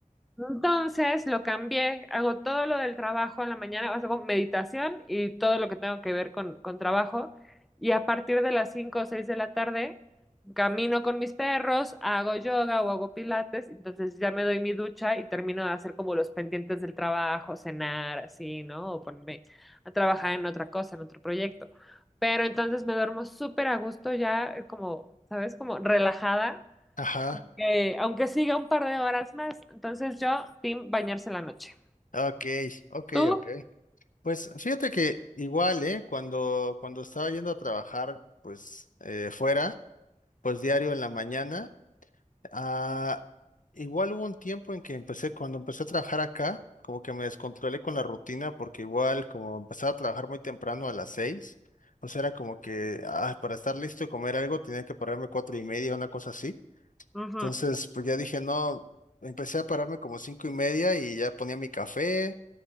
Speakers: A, in the centre; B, on the left.
A: entonces lo cambié, hago todo lo del trabajo en la mañana, o sea, hago meditación y todo lo que tengo que ver con, con trabajo. Y a partir de las 5 o 6 de la tarde, camino con mis perros, hago yoga o hago pilates, entonces ya me doy mi ducha y termino de hacer como los pendientes del trabajo, cenar, así, ¿no? O ponerme a trabajar en otra cosa, en otro proyecto. Pero entonces me duermo súper a gusto ya, como, ¿sabes? Como relajada
B: Ajá.
A: eh, aunque siga un par de horas más, entonces yo, team, bañarse en la noche.
B: Ok. Ok,
A: ¿Tú?
B: ok. Pues fíjate que igual, ¿eh? Cuando, cuando estaba yendo a trabajar, pues eh, fuera, pues diario en la mañana. Ah, igual hubo un tiempo en que empecé, cuando empecé a trabajar acá, como que me descontrolé con la rutina, porque igual como empezaba a trabajar muy temprano a las seis, o sea, era como que ah, para estar listo y comer algo tenía que pararme cuatro y media, una cosa así.
A: Ujú,
B: Entonces, pues ya dije, no, empecé a pararme como cinco y media y ya ponía mi café,